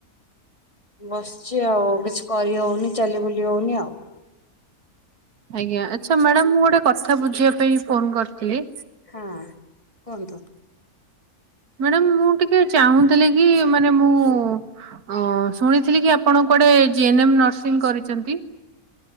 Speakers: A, on the left; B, on the right.
A: ବସିଛି ଆଉ କିଛି କରି ହଉନି ଚାଲିିବୁଲି ହଉନି ଆଉ।
B: ଆଜ୍ଞା ଆଚ୍ଛା ମ୍ୟାଡାାମ ମୁଁ ଗୋଟେ କଥା ବୁଝିବା ପାଇଁ ଫୋନ କରିଥିଲି
A: ହଁ କୁହନ୍ତୁ।
B: ମ୍ୟାଡ଼ାମ ମୁଁ ଟିକେ ଚାହୁଁଥିଲି କି ମାନେ ମୁଁ ଅ ଶୁଣିଥିଲି କି- ଆପଣ କୁଆଡେ ଜିଏନ୍ ଏମ୍ ନର୍ସିଂ କରିଛନ୍ତି।